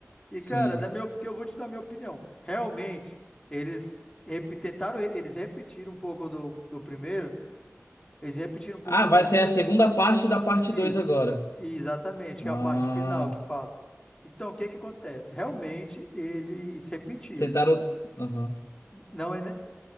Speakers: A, on the left; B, on the left.
A: E,
B: Sim.
A: cara, na minha, op- porque eu vou te dar minha opinião. Realmente, eles repi- tentaram, eles repetiram um pouco do, do primeiro. Eles repetiram um pouco
B: Ah,
A: do
B: vai
A: primeiro.
B: ser a segunda parte da parte
A: Isso.
B: 2 agora.
A: Exatamente, que
B: Ah,
A: é a parte final que fala. Então, o que que acontece? Realmente, eles repetiram.
B: tentaram. Aham.
A: Não é, ne-